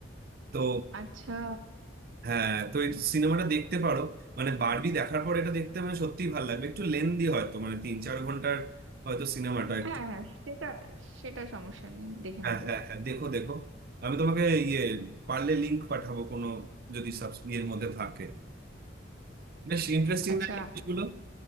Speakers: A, on the right; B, on the right.
A: তো
B: আচ্ছা
A: হ্যাঁ তো এই সিনেমাটা দেখতে পারো মানে বারবি দেখার পর এটা দেখতে মানে সত্যিই ভালো লাগবে একটু লেন্দি হয়তো মানে তিন চার ঘন্টার হয়তো সিনেমাটা একটু
B: হ্যাঁ হ্যাঁ সেটা সেটা সমস্যা নেই দেখে
A: হ্যাঁ
B: নেব
A: হ্যাঁ হ্যাঁ দেখো দেখো আমি তোমাকে ইয়ে পারলে লিংক পাঠাবো কোনো যদি সাবস্ক্রিপ্টের মধ্যে থাকে বেশ ইন্টারেস্টিং
B: আচ্ছা
A: না এই জিনিসগুলো